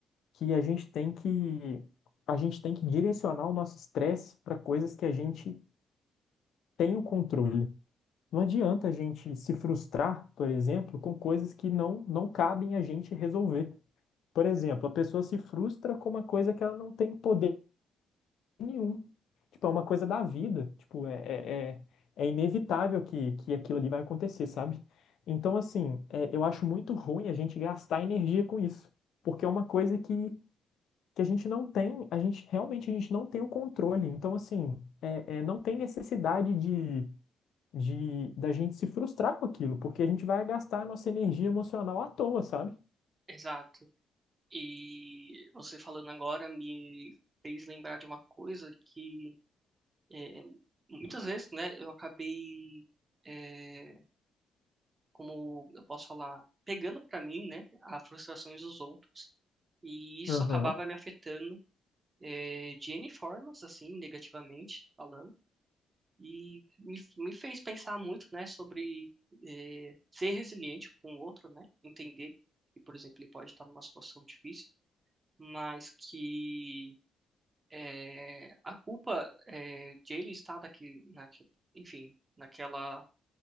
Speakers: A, on the left (about 70°); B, on the right (about 25°).
A: que a gente tem que, a gente tem que direcionar o nosso estresse para coisas que a gente tem o controle. Não adianta a gente se frustrar, por exemplo, com coisas que não, não cabem a gente resolver. Por exemplo, a pessoa se frustra com uma coisa que ela não tem poder nenhum. Tipo, é uma coisa da vida. Tipo, é, é, é é inevitável que, que aquilo ali vai acontecer, sabe? Então, assim, é, eu acho muito ruim a gente gastar energia com isso. Porque é uma coisa que, que a gente não tem, a gente realmente a gente não tem o controle. Então, assim, é, é, não tem necessidade de, de da gente se frustrar com aquilo, porque a gente vai gastar a nossa energia emocional à toa, sabe?
B: Exato. E você falando agora me fez lembrar de uma coisa que É, muitas vezes, né, eu acabei, é, como eu posso falar, pegando pra mim, né, as frustrações dos outros. E isso
A: Aham,
B: acabava me afetando, é, de N formas, assim, negativamente falando. E me, me fez pensar muito, né, sobre, é, ser resiliente com o outro, né, entender que, por exemplo, ele pode estar numa situação difícil, mas que é, a culpa é, de ele estar daqui, na, enfim, naquela